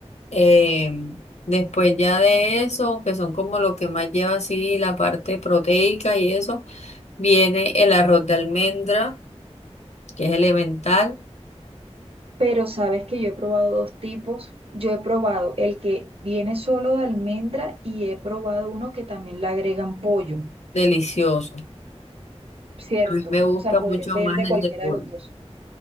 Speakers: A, on the left (about 75°); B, on the right (about 55°).
A: Em, después ya de eso, que son como lo que más lleva así la parte proteica y eso, viene el arroz de almendra, que es elemental,
B: Pero sabes que yo he probado dos tipos. Yo he probado el que viene solo de almendra y he probado uno que también le agregan pollo,
A: delicioso.
B: ¿cierto?
A: A mí me gusta
B: O sea, podría
A: mucho
B: pedir
A: más
B: de cualquiera
A: el de pollo.
B: de los dos.